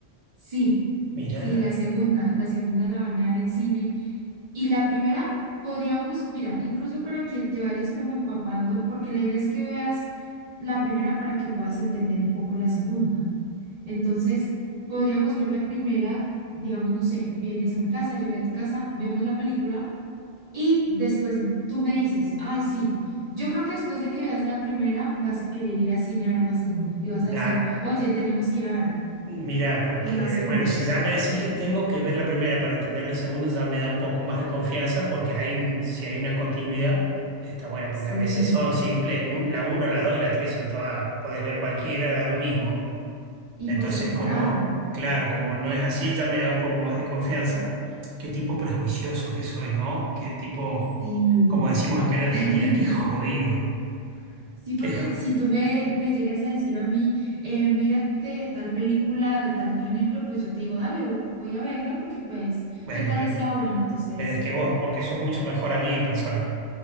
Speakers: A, on the right; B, on the right.
A: sí,
B: Mirá,
A: sí, la segunda, la segunda la van a dar en cine. Y la primera podríamos, mira, incluso para que te vayas como empapando, porque la idea es que veas la primera para que puedas entender un poco la segunda. Entonces, podríamos ver la primera, digamos, no sé, vienes a mi casa, yo voy a tu casa, vemos la película Y después tú me dices, ay, sí, yo creo que después de que veas la primera, vas a querer ir al cine a ver la segunda. Y vas
B: da,
A: a decir, oye, tenemos que ir a verla,
B: mirá, porque,
A: te lo aseguro.
B: bueno, si ya me decís que tengo que ver la primera para entender la segunda, ya me da un poco más de confianza porque hay un, si hay una continuidad, está bueno, porque
A: Sí.
B: a veces son simples, un- la uno, la dos y la tres son todas, podés ver cualquiera, da lo mismo.
A: Y
B: Entonces,
A: por separado.
B: como, claro, como no es así, ya me da un poco más de confianza. Qué tipo prejuicioso que soy, ¿no? Qué tipo,
A: Sí.
B: como decimos acá en Argentina,
A: <laughs>
B: qué jodido.
A: Sí, porque
B: Qué jo-
A: si tú me, me llegas a decir a mí, eh, mírate tal película de tal género, pues yo te digo, dale, vo- voy a verla porque pues,
B: Bueno,
A: ¿qué tal
B: pero,
A: le sea buena? Entonces,
B: pero es que vos, porque sos mucho mejor amigo y persona.